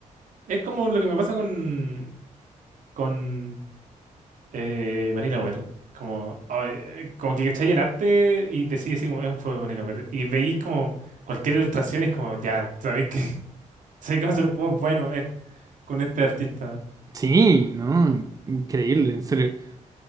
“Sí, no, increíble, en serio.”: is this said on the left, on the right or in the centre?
Right